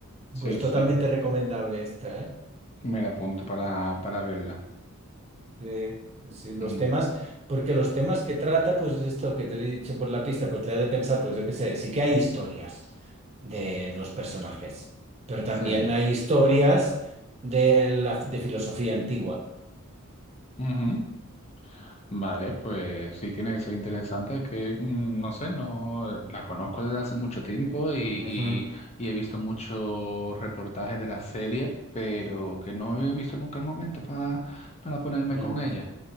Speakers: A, on the left; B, on the right.
A: Sí,
B: Pues totalmente
A: sí.
B: recomendable esta, ¿eh?
A: Me la apunto para, para verla.
B: Sí, sí, los
A: Mm,
B: temas, porque los temas que trata, pues esto que te he dicho por la pista, pues te da de pensar, pues yo qué sé, sí que hay historias de los personajes, pero también
A: Sí.
B: hay historias de la de filosofía antigua.
A: Ujú. Vale, pues sí, tiene que ser interesante. Es que, mm, no sé, no la conozco desde hace mucho tiempo y,
B: Ujú,
A: y, y he visto muchos reportajes de la serie, pero que no he visto nunca el momento para, para ponerme
B: mm,
A: con ella.